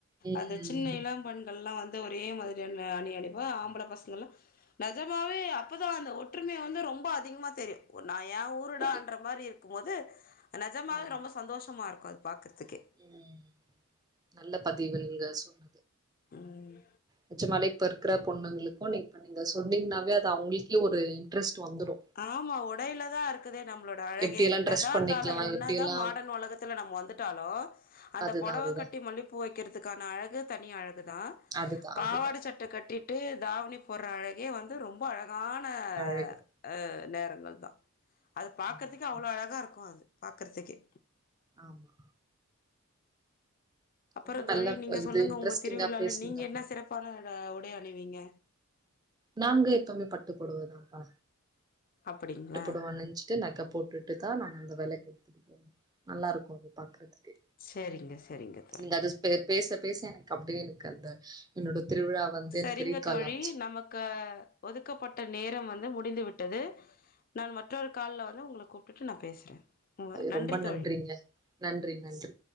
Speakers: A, on the right; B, on the left.
A: ம்
B: அந்த சின்ன இளம்பண்கள்லா வந் து ஒரே மாதிரியான அணி அணிவோ ஆம்பள பசங்க எல்லா நெஜமாவே அப்போ தா அந்த ஒற்றுமை வந்து ரொம்ப அதிகமா தெரியு நா ஏய ஊருடான்
A: ஓகே
B: றமாரி இருக்கும் போது நெஜமாவெ
A: ம்
B: ரொம்ப சந்தோஷமா இருக்கும் அது பாக்கறதுக்கே
A: ம் நல்ல பதிவு நீங்க சொல்
B: ம்
A: நெஜமாலே இப்பருக்கற பொண்ணுங்களுக்கும் நீங் நீங்க சொன்னீங்கன்னாவே அது அவங்களுக்கே ஒரு இன்ட்ரெஸ்ட் வந்துடு
B: ஆமா ஒடையில தா இருக்குதே நம்பளோட அழகே
A: எப்டி எல்லா
B: என்னதா
A: ட்ரெஸ் பண்ணிக்கலா
B: இருந்தாலு என்னதா
A: எப்டி எல்லா
B: மாடன் உலகத்த துள்ள நம்ம வந்துட்டாலு அந்த
A: அதுதா
B: புடவ
A: அதுதா
B: கட்டி மல்லிப்பு பூ வைக்கிறதுக்கான அழகு தனி அழகு தா
A: அதுதா
B: பாவாட
A: அதுதா
B: சட்ட கட்டிட்டே தாவணி போடுற அழகே வந்து ரொம்ப அழகான
A: அழகுதா
B: அஹ் நேரங்கள் தா அது பாக்கறதுக்கே
A: ஆமா
B: அவ்வளோ
A: ஆமா
B: அழகா இருக்கும் அது பாக்றகறதுக்கே
A: ஆமா
B: அப்பறொ
A: ரொம்ப
B: தோழி
A: நல்ல
B: நீங்க
A: ப இது
B: சொல்லுங்க
A: இன்ட்ரெஸ்டிங்கா
B: உங்க திருவிழால
A: பேசுனீங்கப்பா
B: நீங்க என்ன சிறப்பான உடை அணிவீங்க
A: நாங்க எப்பவுமே பட்டு பொடவதாக்கா
B: அப்படிங்களா
A: பட்டு பொடவணிஞ்சி நகபோட்டுட்டுதா நா அந்த விலக்கு நல்லா இருக்கு பாக்குறதுக்கு
B: சேரிங்க சரிங்க தோழி
A: நீங்க அது பேச பேச எனக்கு அப்டியே எனக்கு அந்த என்னோட திருவிழா வந்து
B: சரிங்க
A: எனக்கு ரீகால்
B: தோழி
A: ஆச்சு
B: நமக்கு ஒதுக்கப்பட்ட நேர வந்து முடிந்து விட்டது நான் மற்றொரு கால்ல வந்து உங்கள கூப்புட்டு நான் பேசுற உ
A: அது
B: நன்றி
A: ரொம்ப
B: தோழி
A: நன்றிங்க நன்றி நன்றி